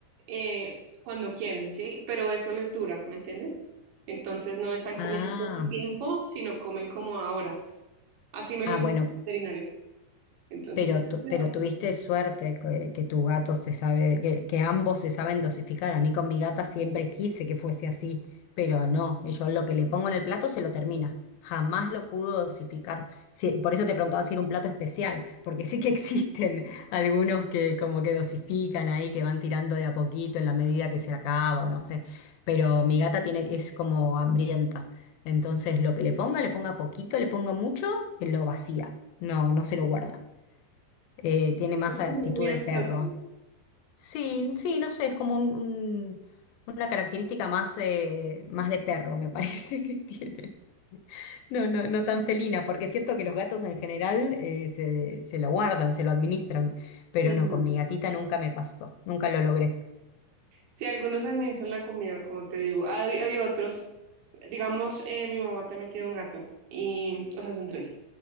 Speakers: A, on the right; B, on the left.
A: eh, cuando quieren, ¿sí? Pero eso les dura, ¿me entiendes? Entonces no están
B: Ah,
A: comiendo todo el tiempo, sino comen como a horas. Así me
B: ah,
A: lo dijo
B: bueno.
A: el veterinario. Entonces,
B: Pero, tu-
A: me
B: pero
A: ayuda bastante.
B: tuviste suerte que, que tu gato se sabe, que, que ambos se saben dosificar. A mí con mi gata siempre quise que fuese así, pero no, yo lo que le pongo en el plato se lo termina. Jamás lo pudo dosificar. Sí, por eso te preguntaba si era un plato especial, porque sí que existen <laughs> algunos que como que dosifican ahí, que van tirando de a poquito en la medida que se acaba o no sé. Pero mi gata tiene, es como hambrienta. Entonces lo que le ponga, le ponga poquito, le ponga mucho, lo vacía. No, no se lo guarda eh, tiene más
A: los
B: actitud
A: que son muy ansiosos.
B: de perro. Sí, sí, no sé, es como un- un- una característica más, eh, más de perro, me parece <laughs> que tiene. No, no, no tan felina, porque es cierto que los gatos en general eh, se, se lo guardan, se lo administran, pero
A: Ujú.
B: no, con mi gatita nunca me pasó, nunca lo logré.
A: Sí, algunos administran la comida, como te digo. Hay, hay otros, digamos, eh, mi mamá también tiene un gato, y, o sea, son tres.